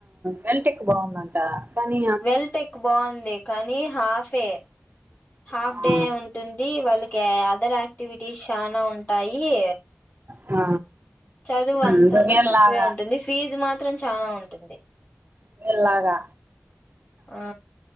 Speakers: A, on the right; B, on the left.
A: వెల్టెక్కు బాగుందం ట కాని
B: వెల్ట్ ఎక్ బాగుంది కానీ హాఫ్ ఏ హాఫ్
A: ఆ
B: డేనే ఉంటుంది వాళ్ళకి అదర్ యాక్టివిటీస్ చానా ఉంటాయి
A: ఆ
B: చదువు అంత
A: ఇంకా
B: ఉండ
A: వీళ్ళలాగా
B: తక్కువే ఉంటుంది ఫీజు మాత్రం చాలా ఉంటుంది
A: వీళ్ళలాగా
B: ఆ